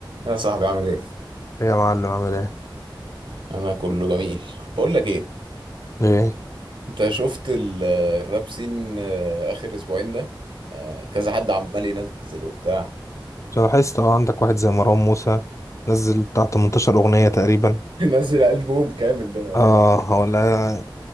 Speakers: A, on the right; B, on the left.
A: يا صاحبي عامل ايه؟
B: ايه يا معلم عامل ايه؟
A: انا كله جميل بقول لك ايه
B: ايه؟
A: انت شفت ال- آه، الراب سين آه، اخر اسبوعين ده آه، كذا حد عمال ينزل وبتاع
B: عشان لاحظت اه عندك واحد زي مروان موسى نزل بتاع 18 اغنية تقريبا
A: <laughs> نزل ألبوم كامل ده
B: اه هو لا